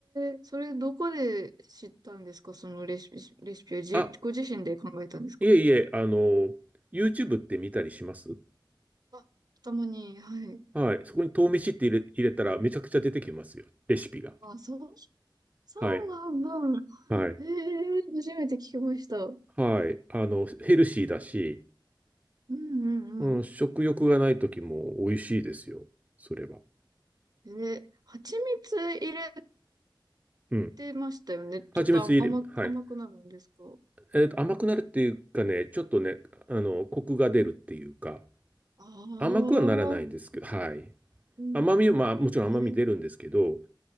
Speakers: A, on the right (about 50°); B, on the right (about 20°).
A: ー、それどこで知ったんですかそのレシピ、レシピをじ、
B: あ、
A: ご自身で考えたんですか
B: いえいえ、あの、YouTube って見たりします
A: あ、たまに、はい。
B: はい。そこに豆飯って入れ、入れたらめちゃくちゃ出てきますよ。レシピが。
A: あ、そう、そうなんだ。
B: はい。はい。
A: えー、初めて聞きました。うん
B: はい。あの、ヘルシーだし、
A: うん
B: うん、食欲がない時も美味しいですよ。それは。
A: え、蜂蜜入れ
B: うん。
A: てましたよね。
B: 蜂蜜入れ、
A: ちょっとあ甘、甘くなるんですか
B: はい。えっと、甘くなるっていうかね、ちょっとね、あの、コクが出るっていうか、
A: ああ、
B: 甘くはならないんですけど、はい。
A: うんうん。
B: 甘みは、まあ、もちろん甘み出るんですけど、
A: へえ、